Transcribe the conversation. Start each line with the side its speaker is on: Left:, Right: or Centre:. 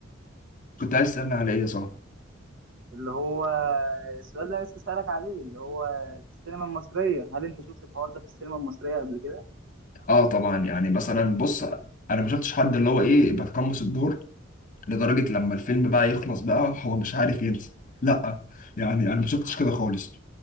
Left: كنت عايز تسألني على ايه يا صاحبي
Right: اللي هو السؤال اللي انا لسه اسالك عليه اللي هو السينما المصريه هل انت شفت الحوار ده في السينما المصريه قبل كده
Left: اه طبعا يعني مثلا بص انا ما شفتش حد اللي هو ايه بتقمص الدور لدرجة لما الفيلم بقى يخلص بقى هو مش عارف ينسى لا يعني انا ما شفتش كده خالص